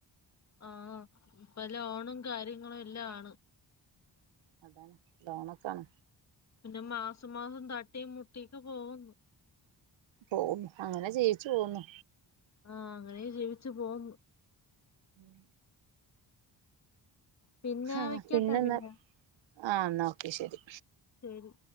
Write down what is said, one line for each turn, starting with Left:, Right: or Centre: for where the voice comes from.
Left: ആഹ് ഇപ്പൊ ലോണും കാര്യങ്ങളും എല്ലാ ആണ്.
Right: അതാണ് ലോണൊക്കാണ്
Left: പിന്നെ മാസ മാസം തട്ടിം മുട്ടിം ഒക്കെ പോകുന്നു.
Right: പോവുന്നു അങ്ങനെ ജീവിച്ചു പോവുന്നു.
Left: ആഹ് അങ്ങനെ ജീവിച്ചു പോവുന്നു.
Right: ഉം.
Left: പിന്നെ
Right: ഹാ
Left: വെക്കട്ടെ
Right: പിന്നെന്താ
Left: പിന്നെ
Right: ആഹ് ന്നാ ഓക്കെ ശരി.
Left: ശരി.